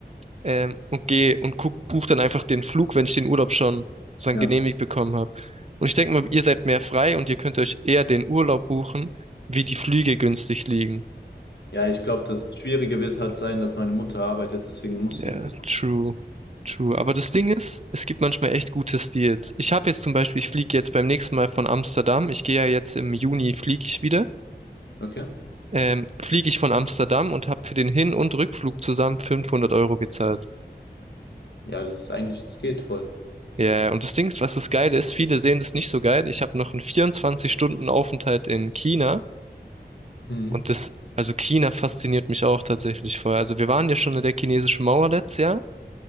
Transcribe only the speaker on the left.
Ja.
Ja, ich glaube, das Schwierige wird halt sein, dass meine Mutter arbeitet, deswegen muss
sie den.
Okay.
Ja, das ist eigentlich, das geht voll.
Hm,